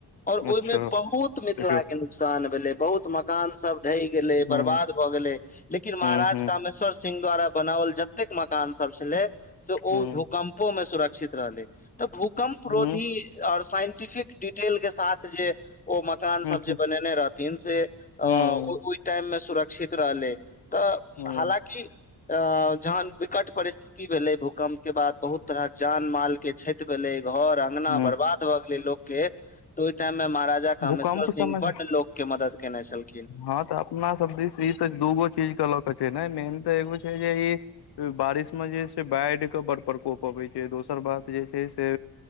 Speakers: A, on the left (about 20°); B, on the left (about 85°).
A: और ओहिमे
B: अच्छा
A: बहुत मिथिला
B: देखियौ
A: के नुकसान भेले बहुत मकान सब ढहि गेले बर्बाद
B: हूं
A: भए गेल लेकिन महाराज
B: हूं हूं
A: कामेश्व सिंह द्वारा बनाओल जतेक मकान सब छलै से ओ
B: हूं
A: भूकम् मे सुरक्षित रहलै तऽ भूकम्प
B: हूं
A: रोधी आऔर साइन्टिफि डिटेल के साथ जे ओ मकान सब
B: हूं
A: जे बनेने रहथिन से टाइम
B: हूं
A: मे सुरक्षित रहलै तऽ
B: हूं
A: हालकि अ जहन विकट परिस्थित भेलै भूकम्प के बाद बहुत तरह जान माल के क्षति भेलै घर अंगना
B: हूं
A: बर्बाद भ गेले लोक के त ओइ टाइम में महाराजा कामेश्वर
B: भूकम्प
A: सिंह
B: समय
A: बड् लोक के मदद केनाइ छ
B: हँ तऽ अपना सब दिस ई तऽ दूगो चीज के लऽ के छै ने मेन तऽ एगो छै जे बारिशमे जे छै से बाढ़िके बड़ प्रकोप अबैत छै दोसर बात जे छै स